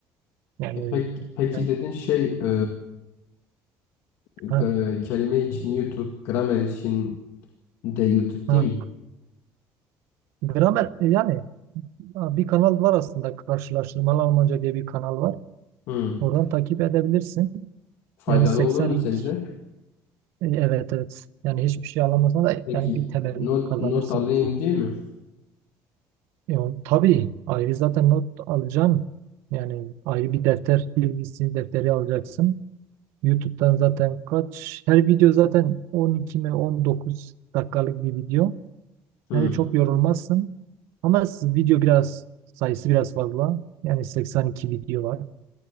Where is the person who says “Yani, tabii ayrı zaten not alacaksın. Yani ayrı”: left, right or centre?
Right